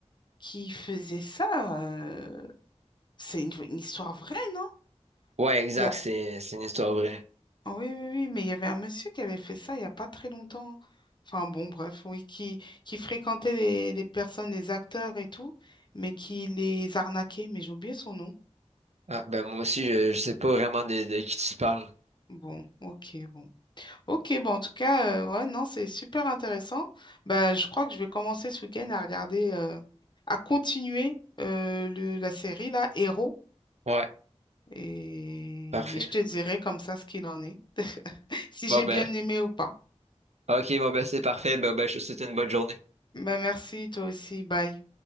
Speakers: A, on the left; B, on the right.
A: qui faisait ça. euh, C'est une, une histoire vraie, non?
B: ouais, exact.
A: Il
B: C'est c'est une histoire vraie.
A: Oui, oui, oui, mais il y avait un monsieur qui avait fait ça il n'y a pas très longtemps. Enfin bon, bref, oui, qui, qui fréquentait les, les personnes, les acteurs et tout, mais qui les arnaquait, mais j'ai oublié son nom.
B: Ah, ben moi aussi, je, je sais pas vraiment de, de qui tu parles.
A: Bon, ok, bon. Ok, bon, en tout cas, euh, ouais, non, c'est super intéressant. Bah, je crois que je vais commencer ce week-end à regarder, euh, à continuer euh, le- la série, là, Héros,
B: Ouais,
A: et,
B: parfait.
A: et je te dirai comme ça ce qu'il en est, si j'ai
B: Bon
A: bien
B: ben,
A: aimé ou pas.
B: ok, bon ben c'est parfait. Ben ben, je te souhaite une bonne journée.
A: Bah, merci, toi aussi, bye.